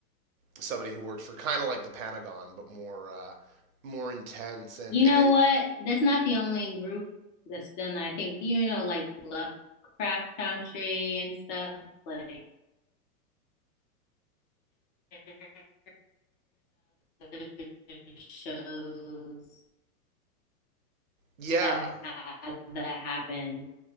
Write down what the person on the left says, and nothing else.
You
know
what? That's not the only group that's done that. I think, you know, like Lovecraft Country and stuff, like <laughs> other shows.
that had that happened.